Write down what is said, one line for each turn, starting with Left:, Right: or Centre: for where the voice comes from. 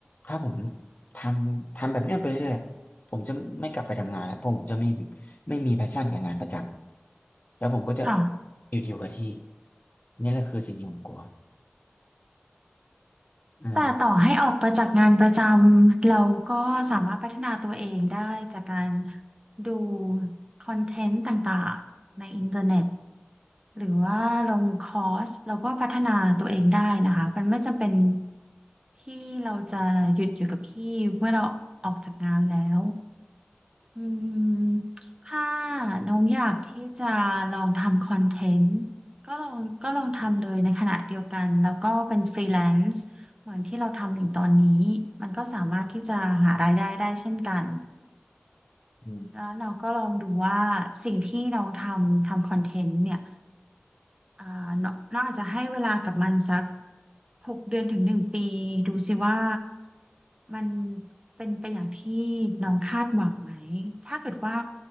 Left: ถ้าผมทำทำแบบเนี้ยไปเรื่อยๆผมจะไม่กลับไปทำงานแล้วเพราะผมจะไม่ไม่มีแพชชั่นกับงานประจำแล้วผมก็จะ
Right: ค่ะ
Left: อยู่อยู่กับที่นี่แหละคือสิ่งที่ผมกลัวอืม
Right: แต่ต่อให้ออกไปจากงานประจำเราก็สามารถพัฒนาตัวเองได้จากการดูคอนเทนต์ต่างๆในอินเทอร์เน็ต หรือว่าลงคอร์สเราก็พัฒนาตัวเองได้นะคะมันไม่จำเป็นที่เราจะหยุดอยู่กับที่เมื่อเราออกจากงานแล้วอืมถ้าน้องอยากที่จะลองทำคอนเทนต์ก็ลองก็ลองทำเลยในขณะเดียวกันแล้วก็เป็นฟรีแลนซ์เหมือนที่เราทำอยู่ตอนนี้มันก็สามารถที่จะหารายได้ได้เช่นกัน
Left: อืม
Right: แล้วเราก็ลองดูว่าสิ่งที่น้องทำทำคอนเทนต์เนี่ยอ่าน้องน้องอาจจะให้เวลากับมันสักหกเดือนถึงหนึ่งปีดูสิว่ามันเป็นไปอย่างที่น้องคาดหวังไหมถ้าเกิดว่า